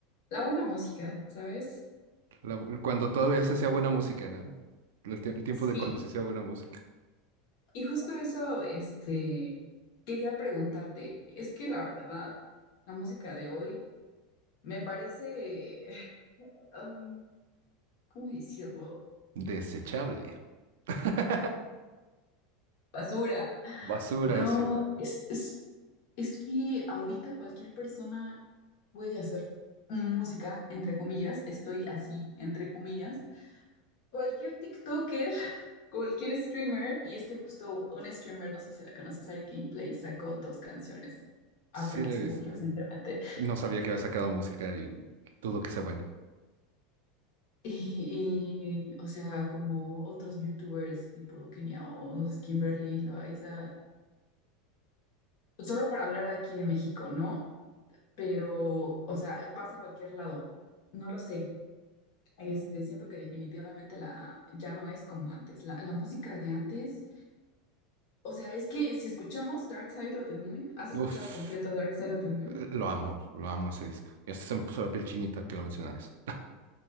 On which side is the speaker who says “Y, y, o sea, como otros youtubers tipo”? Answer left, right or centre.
Left